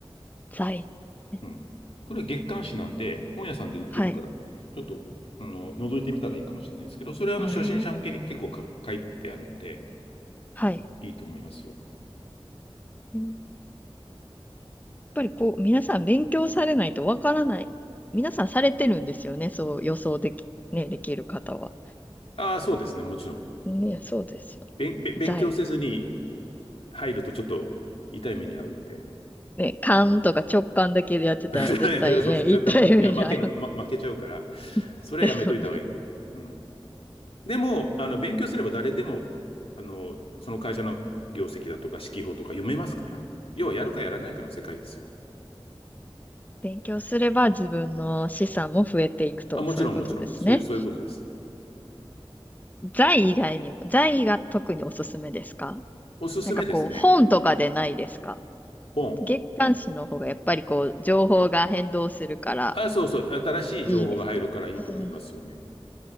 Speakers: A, on the left; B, on the left.
A: 財。え
B: うん。これ月刊誌なんで、本屋さんで売ってるから、
A: はい。
B: ちょっと、あの、覗いてみたらいいかもしれないですけど、それはあの、
A: あ、
B: 初心者向けに結構か書いてあるんで、
A: えーはい。
B: いいと思いますよ。
A: うんやっぱりこう、皆さん勉強されないとわからない。皆さんされてるんですよね。そう予想でき、ね、できる方は。
B: ああ、そうですね、もちろん。
A: ね、そうですよ。
B: 勉、べ勉強せずに
A: 在。
B: 入るとちょっと痛い目に遭うんで。
A: ね、勘とか直感だけでやってたら絶対、
B: <laughs> 絶
A: ね、一体目に遭う。
B: 対、いや、負ける、ま負けちゃうから、
A: <laughs>
B: それはやめといた方がいいんで。
A: ですよね。
B: うん。でも、あの、勉強すれば誰でも、あの、その会社の業績だとか、指揮法とか読めますから。要はやるかやらないかの世界ですよ。
A: 勉強すれば自分の資産も増えていくと、
B: あ、もちろんもちろん。
A: そういうことですね。
B: そういう、そういうことです。
A: 財以外にも、財が特におすすめですか
B: おすすめですね。
A: なんかこう、本とかでないですか
B: 本。
A: 月刊誌の方がやっぱりこう、情報が変動するから
B: あ、そうそう。新しい情報が入るからいいと思いますよね。
A: いいんですかね。うーん